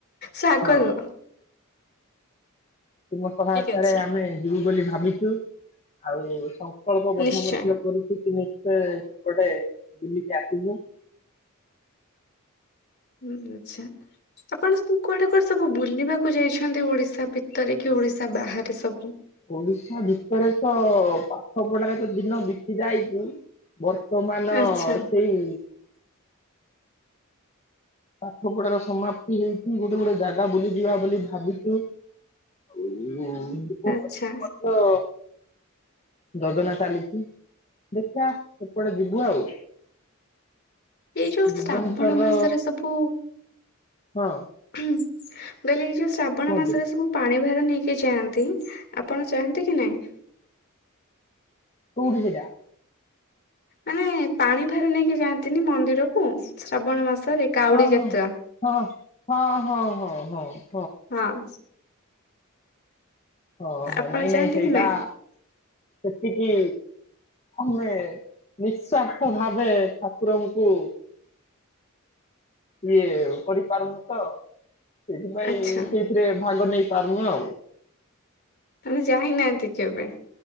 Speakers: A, on the left; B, on the left.
A: ସାଗରୁ
B: ହଁ ତୁମ ସହାୟତାରେ
A: ଅଛି
B: ଆମେ ଯିବୁ ବୋଲି ଭାବିଛୁ ଆଉ ପ୍ରକଳ୍ପ ବଦ୍ଧ
A: ନିଶ୍ଚୟ।
B: ମଧ୍ୟ କରୁଛୁ ତୁମେ ସେପଟେ ବୁଲିକି ଆସିବୁ
A: ହୁଁ ଆଛା ଆପଣ ସବୁ କୁଆଡେ କୁଆଡେ ସବୁ ବୁଲିବାକୁ ଯାଇଛନ୍ତି ଓଡିଶା ତା ଭିତରେ କି ଓଡ଼ିଶା ବାହାରେ ସବୁ
B: ଓଡିଶା ଭିତରେ ତ ପାଠ ପଢାାରେ ତ ଦିନ ବିତି ଯାଇଛି ବର୍ତ୍ତମାନ
A: ଆଚ୍ଛା
B: ସେଇ ପାଠପଢାର ସମାପ୍ତି ହେଇଛି ଗୋଟେ ଗୋଟେ ଜାଗା ବୁଲିଯିବା ବୋଲି ଭାବିଛୁ ଏଇ ଜିବୁବୋଲି
A: ଆଚ୍ଛା
B: ମଧ୍ୟ ଯୋଜନା ଚାଲିଛି ଦେଖିଆ ସେପଟେ ଯିବୁ ଆଉ
A: ଏଇ ଯୋଉ ଶ୍ରାବଣ
B: ଭୁବନେଶ୍ଵରର
A: ମାସରେ ସବୁ
B: ହଁ
A: ବୋଇଲେ ଯୋଉ ଶ୍ରାବଣ
B: କୁହନ୍ତୁ
A: ମାସରେ ସବୁ ପାଣି ଭାର ନେଇକି ଯାଆନ୍ତି ଆପଣ ଚାହାନ୍ତି କି ନାହିଁ
B: କଉଠି ସେଟା
A: ମାନେ ପାଣି ଭାର ନେଇକି ଯାଆନ୍ତିନି ମନ୍ଦିରକୁ ଶ୍ରାବଣ ମାସରେ କାଉଡି
B: ହଁ
A: ଯାତ୍ରା।
B: ହଁ ହଁ ହଁ ହଁ ହଁ ହଁ
A: ହଁ
B: ହଁ ହଁ
A: ଆପଣ
B: ନାଇଁ
A: ଚାହାନ୍ତି
B: ନାଇଁ ସେଇଟା
A: କି
B: ସେତିକି ଆମେ ନିସ୍ଵାର୍ଥ ଭାବେ ଠାକୁରଙ୍କୁ ଇଏ କରିପାରୁନୁ ତ ସେଇଥିପାଇଁ
A: ଆଚ୍ଛା
B: ସେଇଥିରେ ଭାଗ ନେଇ ପାରୁନୁ ଆଉ
A: ମାନେ ଯାଇନାହାନ୍ତି କେବେ